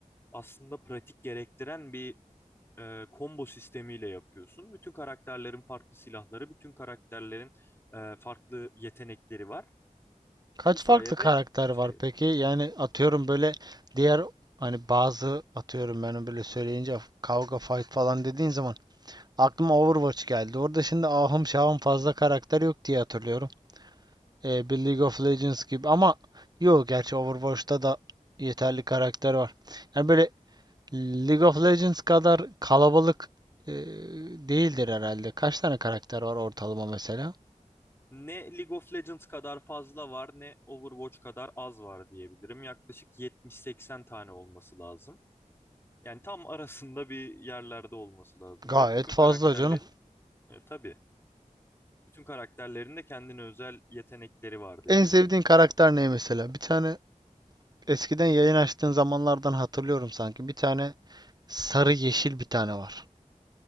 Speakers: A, on the left; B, on the right.
A: aslında pratik gerektiren bir e, combo sistemiyle yapıyorsun. Bütün karakterlerin farklı silahları, bütün karakterlerin e, farklı yetenekleri var.
B: Kaç
A: Bu sayede
B: farklı karakter var
A: şey,
B: peki? Yani atıyorum böyle diğer hani bazı atıyorum ben böyle söyleyince kavga fight falan dediğin zaman aklıma Overwatch geldi. Orada şimdi ahım şahım fazla karakter yok diye hatırlıyorum. Ee, bir League of Legends gibi ama yok gerçi Overwatch'ta da yeterli karakter var. Yani böyle League of Legends kadar kalabalık e, değildir herhalde. Kaç tane karakter var ortalama mesela?
A: ne League of Legends kadar fazla var, ne Overwatch kadar az var diyebilirim. Yaklaşık 70-80 tane olması lazım. Yani tam arasında bir yerlerde olması lazım
B: Gayet
A: ve bütün karakterlerin
B: fazla canım.
A: e, tabii bütün karakterlerin de kendine özel yetenekleri var dediğim
B: En sevdiğin
A: gibi.
B: karakter ne mesela? Bir tane Eskiden yayın açtığın zamanlardan hatırlıyorum sanki. Bir tane sarı yeşil bir tane var.